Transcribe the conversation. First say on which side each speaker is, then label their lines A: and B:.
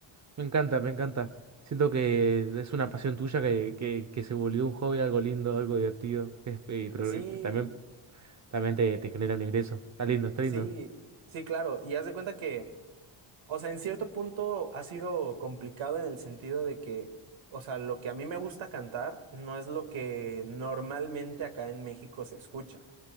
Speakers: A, on the right; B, on the right.
A: Me encanta, me encanta. Siento que es una pasión tuya que, que, que se volvió un hobby, algo lindo, algo divertido. Es- eh, pero
B: Sí,
A: eh, también, también te, te genera un ingreso. Está lindo, está
B: Sí,
A: lindo.
B: sí, claro. Y haz de cuenta que, o sea, en cierto punto ha sido complicado en el sentido de que, o sea, lo que a mí me gusta cantar no es lo que normalmente acá en México se escucha.